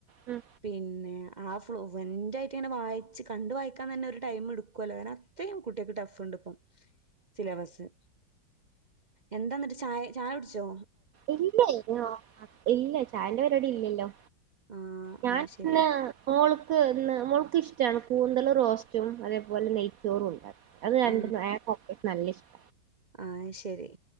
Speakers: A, on the right; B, on the right.
A: ഉം
B: പിന്നെ ആ ഫ്ലോവെന്റായിട്ട് ഇങ്ങനെ വായിച്ച് കണ്ട് വായിക്കാൻ തന്നെ ഒരു ടൈം എടുക്ക്വല്ലോ. കാര്ണം അങ്ങനെ അത്രേയും കുട്ട്യേക്ക് ട്ടഫ്ണ്ട് ഇപ്പം സിലബസ്സ് എന്താ ഇന്നട്ട് ചായ ചായ കുട്ച്ചോ.
A: ഇല്ലെയ്നോ ഇല്ല ചായന്റെ പരിപടി ഇല്ലല്ലൊ.
B: ആ
A: ഞാൻ
B: അത് ശരി
A: ഇന്ന് മോൾക്ക് ഇന്ന് മോൾക്ക് ഇഷ്ടാണ്. കൂന്തൽ റോസ്റ്റും അതേപോലെ നെയ്ച്ചോറും ഉണ്ട അത് രണ്ട്
B: ആ
A: അയാൾക്ക് <unintelligible> നല്ല ഇഷ്ടം
B: ആഹ് ശെരി